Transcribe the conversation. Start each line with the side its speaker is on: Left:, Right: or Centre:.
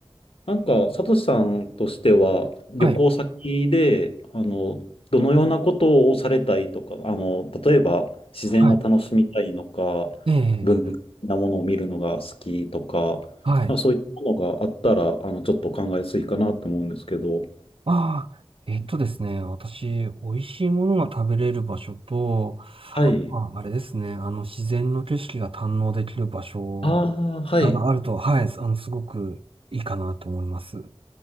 Left: なんか、サトシさんとしては、旅行先で、
Right: はい。
Left: あの、どのようなことをされたいとか、あの、例えば、自然を楽しみたいのか、
Right: はい。ええ、
Left: 文化的なものを見るのが好きとか、
Right: はい。
Left: なんかそういったものがあったら、あの、ちょっと考えやすいかなと思うんですけど、
Right: ああ、えっとですね、私、美味しいものが食べれる場所と、
Left: はい。
Right: あ、ああれですね、あの、自然の景色が堪能できる場所
Left: ああ、はい。
Right: があると、はい、あの、すごくいいかなと思います。